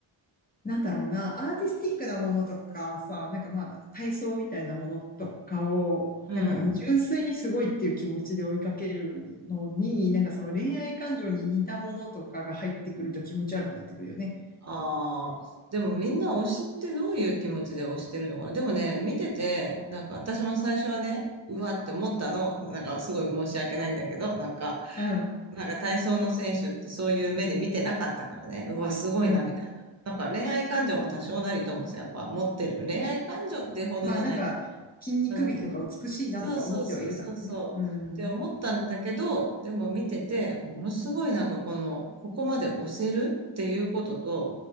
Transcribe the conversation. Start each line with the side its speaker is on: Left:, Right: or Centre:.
Left: なんだろうな、アーティスティックなものとかさ、なんかまあ、体操みたいなものとかを、
Right: うん。
Left: なんか純粋にすごいっていう気持ちで追いかけるのに、なんかその恋愛感情に似たものとかが入ってくると気持ち悪くなってくるよね。
Right: ああ、でもみんな推しってどういう気持ちで推してるのかな。でもね、見てて、なんか私も最初はね、うわって思ったの、なんかすごい申し訳ないんだけど、なんか、
Left: うん。
Right: なんか体操の選手ってそういう目で見てなかったからね、うわ、すごいな、
Left: うん。
Right: みたいな。なんか恋愛感情も多少なりともさ、やっぱ持ってる。恋愛感情ってほどじゃないけ
Left: まあなんか、筋肉美とか美しいなとか思ってはいるだろうね。
Right: ど、そうそうそうそうそうって思ったんだけど、
Left: うん。
Right: でも見てて、ものすごいなんかこの、ここまで押せるっていうことと、